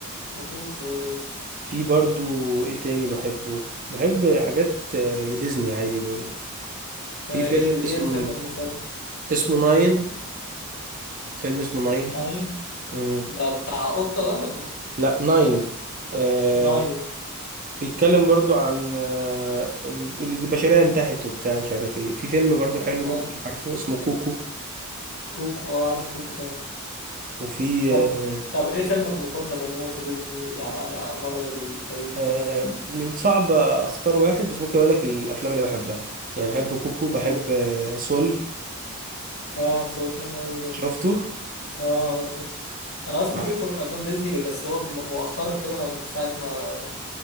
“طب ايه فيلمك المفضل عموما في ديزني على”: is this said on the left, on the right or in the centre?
Left